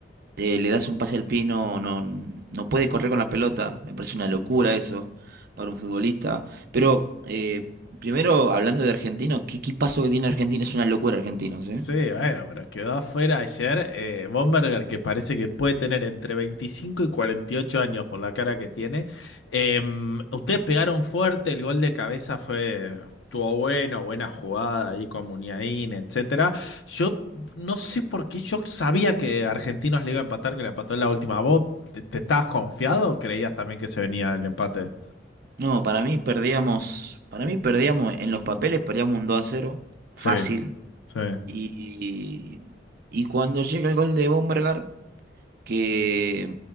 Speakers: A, on the right; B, on the left.
A: eh, le das un pase al pie, y no, no, no puede correr con la pelota. Me parece una locura eso para un futbolista. Pero eh, primero, hablando de argentinos, ¿qué equipazo que tiene Argentina? Es una locura argentinos, ¿eh?
B: Sí, bueno, pero quedó afuera ayer eh, Bomberger, que parece que puede tener entre 25 y 48 años por la cara que tiene. Eh, ustedes pegaron fuerte, el gol de cabeza fue, estuvo bueno, buena jugada ahí con Muniain, etcétera. Yo no sé por qué yo sabía que Argentinos le iba a empatar, que le empató en la última. ¿Vos te, te estabas confiado o creías también que se venía el empate?
A: No, para mí perdíamos, para mí perdíamos en los papeles, perdíamos un 2 a cero fácil.
B: Sí, sí.
A: Y, y cuando llega el gol de Bombergar que,